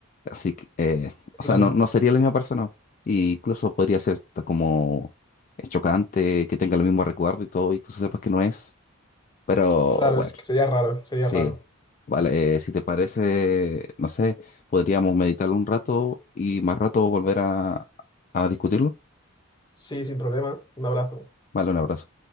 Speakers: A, on the left; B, on the left.
A: Así que, eh, o
B: Claro,
A: sea, no, no sería la misma persona, y incluso podría ser hasta como eh, chocante que tenga el mismo recuerdo y todo, y tú sepas que no es, pero
B: claro,
A: bueno.
B: es que sería raro, sería
A: Sí,
B: raro.
A: vale, eh, si te parece, no sé, podríamos meditarlo un rato y más rato volver a, a discutirlo.
B: Sí, sin problema. Un abrazo.
A: Vale, un abrazo.